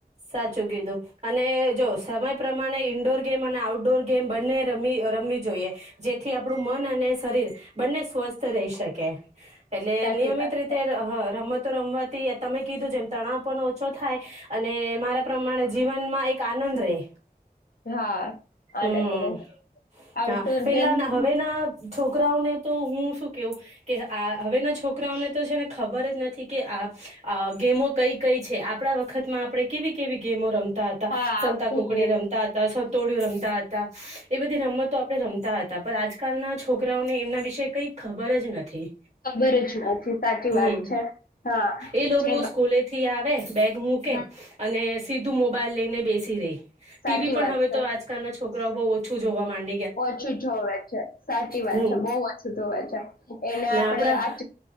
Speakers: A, on the right; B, on the left.
A: સાચું કીધું અને જો સમય પ્રમાણે ઈન્ડોર ગેમ અને આઉટડોર ગેમ બંને રમ-રમવી જોઈએ જેથી આપડું મન અને શરીર બંને સ્વસ્થ રહી શકે. એટલે
B: સાચી
A: નિયમિત
B: વાત
A: રીતે
B: છે
A: હા રમત તો રમવાથી તમે કીધું જેમ તણાવ પણ ઓછો થાય અને મારા પ્પ્રમાણે જીવનમાં એક આનંદ રહેે.
B: હા.
A: હમ્મ,
B: આનંદ રહેશે આઉટડોર
A: હા. પેલા
B: ગેમ્સ
A: ના હવેના છોકરાઓ ને તો હું શું કેવું કે હ આ હવેના છોકરાઓને તો છેને ખબર જ નથી કે, આ આ ગેમો કઈ કઈ છે આપડા વખતમાં આપડે કેવી કેવી ગેમો રમ તા હતા.
B: હા
A: સંતા
B: ખૂબ
A: કુકડી
B: ગેમ
A: રમતા હતા, સટોડિયું રમ હતા, એ બધી રમતો આપણે રમતા હતા પણ આજકાલના છોકરાઓને એમના વિશેે કઈ ખબર જ નથી
B: ખબર જ નથી સાચી
A: હમ
B: વાત છે હા,
A: એ લોકો
B: જે
A: સ્કૂલેથી આવે બેગ મૂકે
B: હ
A: અને સીધું મોબાઈલ લઈને બેસી રે ટીવી
B: સાચી
A: પણ
B: વાત
A: હવે
B: છે
A: તો આજ છોરાઓ બુવ ઓછું જોવા માંડે
B: ઓછું જોવે છે, સાચી વાત
A: હમ
B: છે બહુ ઓછું જોવે છે, એને
A: અને
B: આપડે
A: આપડા
B: આ